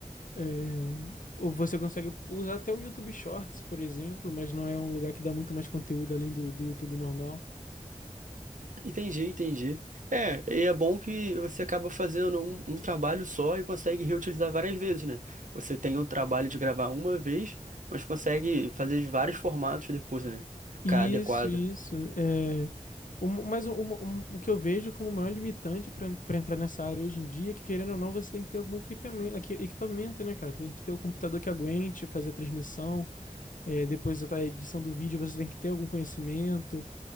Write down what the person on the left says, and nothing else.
É, Ou você consegue usar até o YouTube Shorts, por exemplo, mas não é um lugar que dá muito mais conteúdo além do, do YouTube normal.
Isso,
isso. É... Um, mas um- um- um- o que eu vejo como maior limitante para entrar nessa área hoje em dia é que, querendo ou não, você tem que ter algum equipamento, equipamento, né, cara? Tem que ter um computador que aguente fazer a transmissão. É, depois da edição do vídeo você tem que ter algum conhecimento.